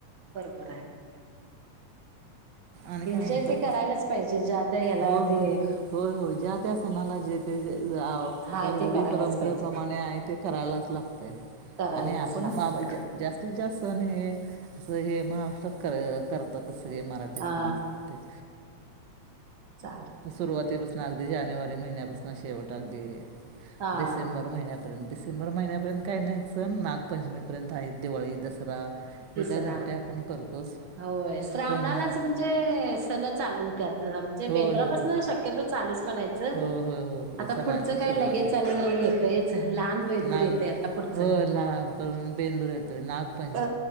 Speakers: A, on the right; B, on the right.
A: बरोबर आहे.
B: आणि काय म्हणतय
A: जे ते करायलाच पाहिजे ज्या त्या ह्याला
B: हो हो
A: ते
B: हो होय ज्या त्या सणाला जेते जे अ
A: हाय ते
B: रुढी
A: करायलाच
B: परंपरेप्रमाणे
A: पाहिजे
B: आहे ते करायलाच लागतय.
A: करायलाच
B: आणि आपण
A: लागत
B: मा जास्तीत जास्त सण हे असं हे महाराष्ट्रात कर करतात स मराठी
A: हा
B: आ सते
A: चालत.
B: सुरुवातीपासून अगदी जानेवारी महिन्यापासून शेवट अगदी
A: हा
B: डिसेंबर महिन्या पर्यंत डिसेबर महिन्यापर्यंत काही नाही सन नागपंचमी पर्यंत आहे. दिवाळीस दसरा रा
A: तिसरा
B: हे काय मोठे आपण करतोच
A: होय श्रावणालाच
B: पण अं
A: म्हणजे सण चालू होतात म्हणजे बेंद्रापासून
B: होय हो
A: शक्यतो चालूच म्हणायचं.
B: हो हो हो हो
A: आता
B: सणांची
A: पुढचं
B: सुरुवातच
A: काय लगेच चाल नाही येतयच लहान बेदूर
B: नाग
A: येतय आता पुढचं.
B: हो लहानपण बेंदूर येतय नागपंच
A: अ